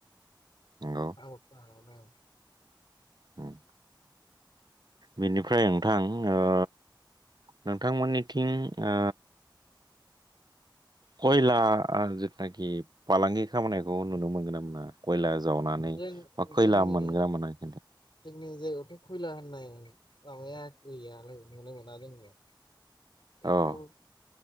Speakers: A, on the right; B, on the left.
A: नंगौ
B: आंबो खोनानो मोन्दों औ।
A: उम बेनिफ्राय नोंथां ओ नोंथांमोननि थिं ओ खयला जिथुनाखि फालांगि खामानैखौ नुनो मोनगोन ना मोना कयला जावनानै
B: जों
A: बा खैला
B: जोंनि
A: मोनग्रा मोना खिन्था?
B: जोंनि जायगायावथ' खैला होननाय माबाया गैयालै नुनो मोना जोंनियाव बेखौ
A: औ